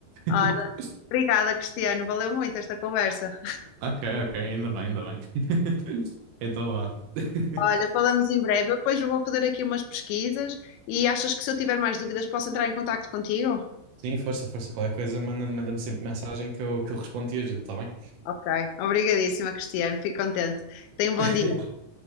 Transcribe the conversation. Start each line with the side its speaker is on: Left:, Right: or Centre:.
Right: <laughs>
Left: Olha, obrigada, Cristiano. Valeu muito esta conversa.
Right: Ok, ok, ainda bem, ainda bem. <laughs> Então vá. <laughs>
Left: Olha, falamos em breve. Eu depois vou fazer aqui umas pesquisas e achas que se eu tiver mais dúvidas posso entrar em contacto contigo?
Right: Sim, força, força. Qualquer coisa, manda- manda-me sempre mensagem que eu, que eu respondo e ajudo, tá bem?
Left: Ok, obrigadíssima, Cristiano. Fico contente. Tenha um bom
Right: <laughs>
Left: dia.